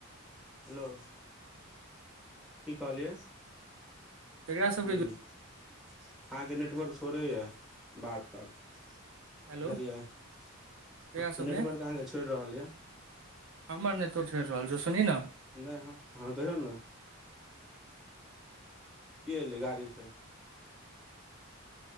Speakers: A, in the centre; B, on the right (about 65°).
A: हेलो की कहलियै
B: ककरा
A: <unintelligible>
B: सबके
A: अहाँके नेटवर्क छोड़इए बार बार बुझलियै
B: हेलो
A: <inaudible>
B: ककरा सबके
A: नेटवर्क अहाँके छोड़ रहल यऽ
B: हमर नै तोर छोर रहल छौ सुनही न
A: नहि बुझलू नू के एलै गाड़ी से